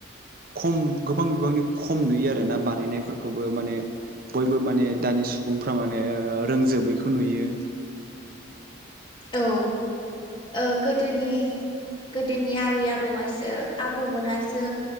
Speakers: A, on the right; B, on the left.
A: खम गोबां बिबांनि ख'- - खम नुयो आरोना बानायनायफोरखौबो माने बयबो माने दानि सुबुंफ्रा माने रोंजोब- - बेखौ नुयो
B: औ ओ गोदोनि गोदोनि आबै आबौ आसो आबौमोनासो